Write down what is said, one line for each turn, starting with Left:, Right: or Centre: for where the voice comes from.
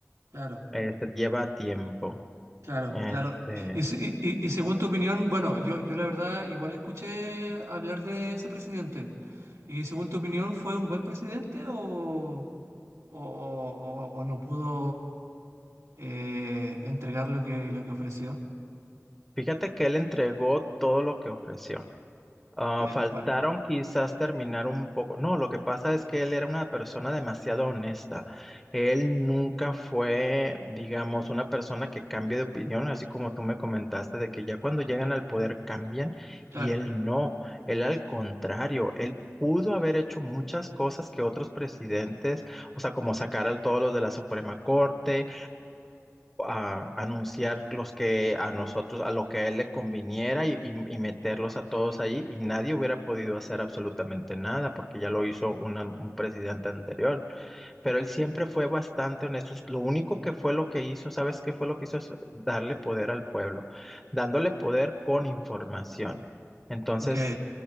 Right: Claro,
Centre: este, lleva tiempo.
Right: claro,
Centre: Este,
Right: claro. Y, se- y- y- y según tu opinión, bueno, yo, yo la verdad igual escuché hablar de ese presidente. ¿Y según tu opinión fue un buen presidente o, o- o- o- o no pudo eh, entregar lo que, lo que ofreció?
Centre: Fíjate que él entregó todo lo que ofreció. Ah,
Right: Eh,
Centre: faltaron
Right: bueno,
Centre: quizás terminar un poco. No, lo que pasa es que él era una persona demasiado honesta. Él nunca fue, digamos, una persona que cambie de opinión, así como tú me comentaste, de que ya cuando llegan al poder cambian
Right: claro.
Centre: y él no. Él al contrario, él pudo haber hecho muchas cosas que otros presidentes, o sea, como sacar a todos los de la Suprema Corte, a anunciar los que a nosotros, a lo que a él le conviniera y, y- y meterlos a todos ahí y nadie hubiera podido hacer absolutamente nada porque ya lo hizo una- un presidente anterior. Pero él siempre fue bastante honesto. Lo único que fue lo que hizo, ¿sabes qué fue lo que hizo? Es darle poder al pueblo, dándole poder con información. Entonces,
Right: Ok,